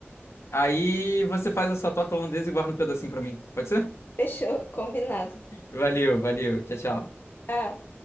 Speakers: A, on the left; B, on the left.
A: Aí você faz a sua torta holandesa e guarda um pedacinho pra mim. Pode ser?
B: Fechou, combinado.
A: Valeu, valeu. Tchau, tchau.
B: Tchau.